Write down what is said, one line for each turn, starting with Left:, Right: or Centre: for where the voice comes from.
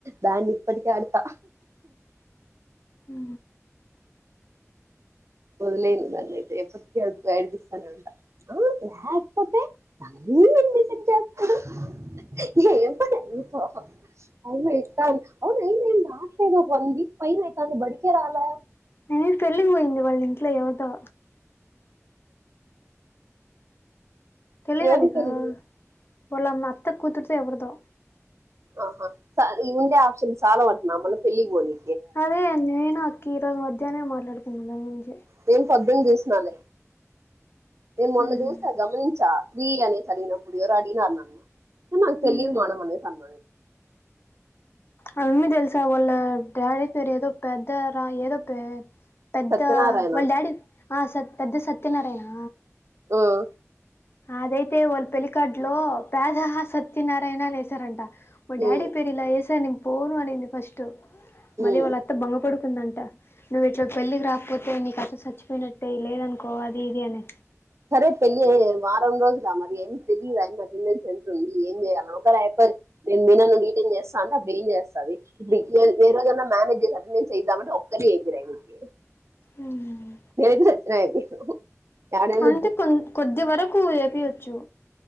Right: దాన్ని ఇప్పటికే ఆడతా
Left: ఉ
Right: వదిలేయండి నన్నైతే ఎప్పటికి ఏడ్పిస్తనే ఉంటా ఆ లేకపోతే <unintelligible> అవునుయి ఆ ఒక వ వీక్ ఫైన అయితాంది బడికేరాలే
Left: నీ పెళ్లికి పోయింది వాళ్ళ ఇంట్లో ఎవరిదో తెలిదా
Right: ఏం
Left: నీకు
Right: పెళ్ళి
Left: వాళ్లమ్మ అత్త కూతురు ఎవరిదో
Right: ఆహా సాలు ఇవుండే ఆప్షన్లు సాల వంటనా మళ్ళ పెళ్ళికి పోని
Left: అదే నేను అక ఈరోజు మధ్యనామె మాట్లాడుకున్న దాని గురించి
Right: తేం ఫ డ్రింక్ చేసినాలే నేను మొన్న
Left: మ్,
Right: చూసా గమనించా త్రీ అనేసి అడినప్పుడు ఎవరో అడినారు నన్న నాకు తెలియర్
Left: మ్.
Right: మానం వంద తమ్
Left: అవన్నీ తెలుసా వాళ్ళ డాడీ పేరు ఏదో పెద్ద రా ఏదో ప పెద్ద
Right: సత్యనారాయణ
Left: వాళ్ళ డాడీ ఆ సత్ పెద్ద సత్ తినరేనా
Right: ఓ
Left: అదైతే వాల్ పెళ్ళి కార్డు ఇంట్లో పెదహ సత్యనారాయణ అని ఎసారంట మా డాడి
Right: ఉ
Left: పేరు ఇలా ఏసా అని పోను అడింది ఫస్టు మళ్ళీ
Right: ఉ
Left: వాళ్ళ అత్త భొంగపడుకుందంట నువ్వు ఇట్ల పెళ్ళికి రాకపోతే నీ కథ చచ్చిపోయినట్టే లేదనుకోవాలి ఇది అనే
Right: సరే పెళ్లిి అ వారం రోజు మరి ఏ తెలియ అెండెన్స్ ఎంతతుంది ఏం చేయాలి ఒకే మ మీ ీటైన్ చేస్తా అంటే అప్పుడు ఏం చేస్తంది ఇప్పుడు ఏే రోజనా మేనేజ్ చే అటెండెన్స్ చేయిద్దామంటే ఒక్కరిే అయిపోరాకి
Left: "ఉమ్,
Right: ఎద్ సచ్చిన ఇది ఎడేద
Left: అంటే కొద్ది వరకు ఏపియచ్చు టు